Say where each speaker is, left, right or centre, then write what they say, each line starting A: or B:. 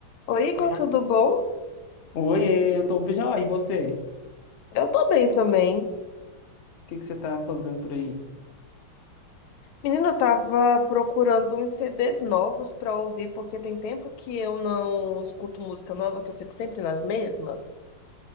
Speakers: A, on the left; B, on the left.
A: Oi, Igor,
B: Oi,
A: tudo
B: a-
A: bom?
B: Oiê, eu tô bem já. E você? O
A: Eu tô bem também.
B: que que você tá fazendo por aí?
A: Menina, eu tava procurando uns CDs novos pra ouvir, porque tem tempo que eu não escuto música nova, que eu fico sempre nas mesmas.